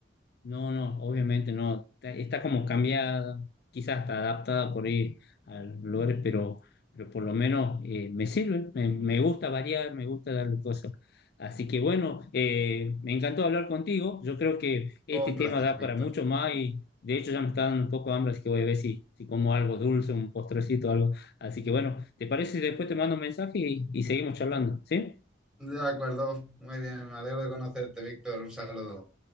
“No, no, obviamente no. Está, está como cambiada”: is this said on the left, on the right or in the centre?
Left